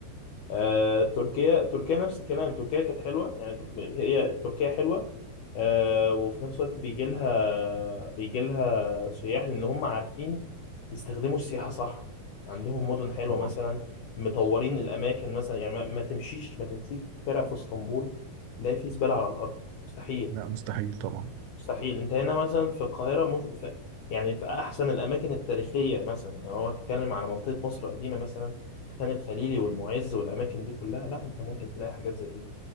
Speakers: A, on the left (about 75°); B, on the right (about 85°).
A: آه تركيا تركيا نفس الكلام تركيا كانت حلوة يعني ب- هي تركيا حلوة آه وفي نفس الوقت بيجي لها بيجي لها سياح لأن هم عارفين يستخدموا السياحة صح عندهم مدن
B: اه
A: حلوة
B: طبعا
A: مثلا مطورين الأماكن مثلا يعني ما, ما تمشيش ما تمشيش في شارع في اسطنبول تلاقي فيه زبالة على الأرض مستحيل
B: لا مستحيل طبعا
A: مستحيل انت هنا مثلا في القاهرة مز... في... يعني في أحسن الأماكن التاريخية مثلا لو هو تتكلم على منطقة مصر القديمة مثلا خان الخليلي والمعز
B: مم.
A: والأماكن دي كلها لا انت ممكن تلاقي حاجات زي دي